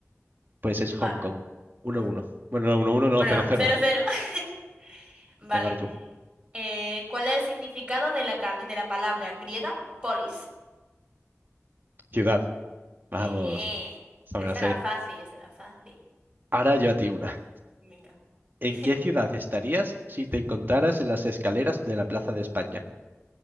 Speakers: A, on the right (about 40°); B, on the right (about 25°).
A: Pues es
B: vale.
A: Hong Kong. Uno
B: ¿Eh?
A: uno. Bueno, no, uno 1 no,
B: Bueno,
A: cero cero.
B: cero, cero. <laughs> Vale.
A: Venga, ahora tú.
B: Eh, ¿cuál es el significado de la, ca- de la palabra griega polis?
A: Ciudad.
B: Muy
A: Vamos,
B: bien.
A: esta
B: Esa
A: me la sé.
B: era fácil, esa era fácil.
A: Ahora yo a ti una.
B: Venga.
A: ¿En
B: <laughs>
A: qué ciudad estarías si te encontraras en las escaleras de la Plaza de España?